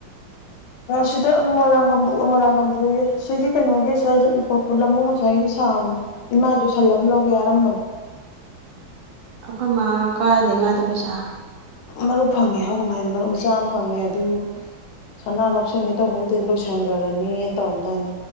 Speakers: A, on the left (about 80°); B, on the right (about 75°).
A: ꯁꯤꯗ ꯃꯣꯏꯔꯥꯡꯝꯕꯨ ꯃꯣꯏꯔꯥꯡ ꯀꯥꯡꯝꯕꯨꯒꯤ ꯁꯤꯒꯤ ꯀꯩꯅꯣꯒꯤ ꯈꯨꯈ ꯈꯨꯜ ꯑꯃꯕꯨꯨ ꯉꯁꯥꯏꯒꯤ ꯁꯥꯕꯅꯦ ꯏꯃꯥꯏꯁꯨ ꯁꯜꯂꯝ ꯂꯧꯒꯦ ꯌꯥꯔꯝꯕꯅꯤ
B: ꯑꯩꯈꯣꯏ ꯃꯥ ꯀꯥꯏꯗꯦ ꯃꯥꯗꯤ ꯄꯩꯁꯥ
A: ꯃꯔꯨꯞ ꯐꯪꯉꯦ ꯍꯥꯏꯕ ꯀꯃꯥꯏꯅ ꯃꯔꯨꯞ ꯃꯆꯥ ꯑꯃ ꯐꯪꯉꯦ ꯑꯗꯨ ꯁꯅꯥ ꯂꯧꯁꯟꯒꯦ ꯇꯧꯕ ꯅꯠꯇꯗꯤ ꯂꯣꯏꯁꯟꯈ꯭ꯔꯅꯤꯅ ꯇꯧꯔꯝꯗꯥꯏꯅꯦ